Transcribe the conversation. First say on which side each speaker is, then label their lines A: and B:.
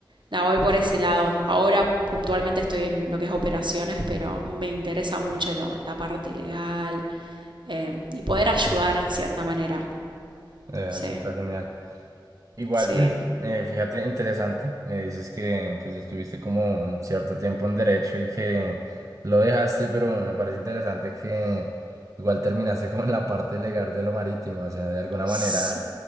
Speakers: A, on the right; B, on the right.
A: nada, voy por ese lado. Ahora puntualmente estoy en lo que es operaciones, pero me interesa mucho lo, la parte legal eh, y poder ayudar en cierta manera.
B: Eh,
A: Sí,
B: eso está genial. Igual,
A: sí,
B: pues, eh, fíjate, interesante. Me dices que pues estuviste como un cierto tiempo en derecho y que lo dejaste, pero me parece interesante que igual terminaste <laughs> como en la parte legal de lo marítimo, o sea, de alguna
A: sí,
B: manera